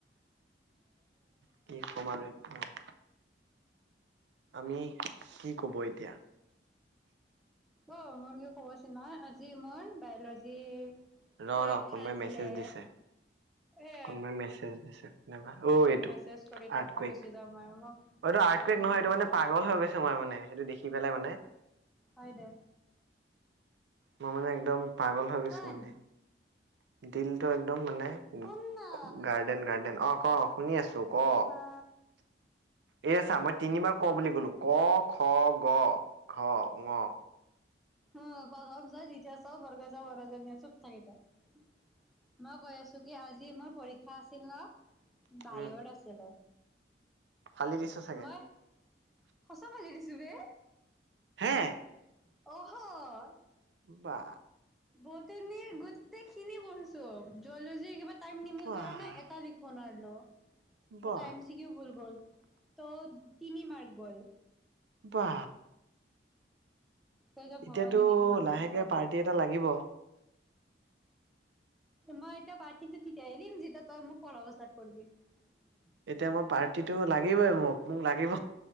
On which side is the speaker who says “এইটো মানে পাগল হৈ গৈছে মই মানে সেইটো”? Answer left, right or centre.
Right